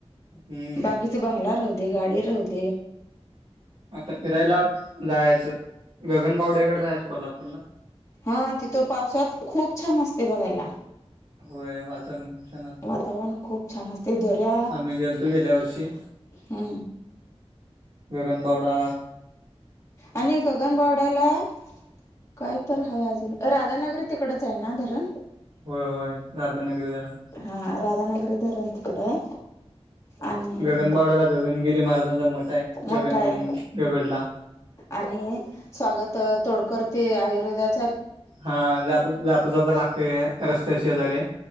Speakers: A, on the right; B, on the left.
A: हम्म
B: बाकीच बंगला राहू दे, गाडी राहू दे
A: आता फिरायला जायाचं, गगनबावड्याकडे जायाचं कोल्हापूरला.
B: हा तिथं पावसात खूप छान असतय बघायला.
A: होय वातावरण खूप छान असतं.
B: वातावरण खूप छान असतय, दऱ्या
A: आम्ही गेलतो गेल्या वर्षी
B: ह
A: गगन बावडा
B: आणि गगन बावडा <inaudible> काय तरं हाय अजून, राधानगरी तिकडच आहे ना धरण?
A: व्हय व्हय राधानगरी धरण
B: हा राधानगरी धरण तीकड आहे. आणि
A: गगनबावड्याला गगनगिरी महाराजांचा मठ आहे,
B: मठ
A: गगन
B: आहे
A: गडला
B: आणि स्वागत अ तोडकर ते आयुर्वेदात
A: हा जात, जाता जाता लागतय रस्त्या शेजारी हाय.